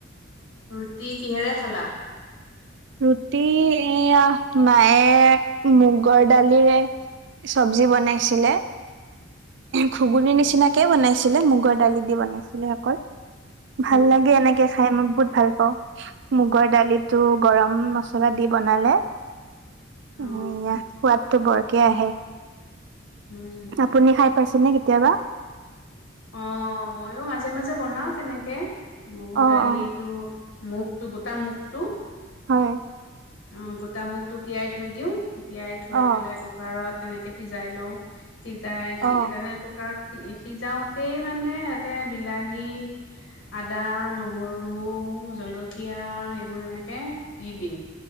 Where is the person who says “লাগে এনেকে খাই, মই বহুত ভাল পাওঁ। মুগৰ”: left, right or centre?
Right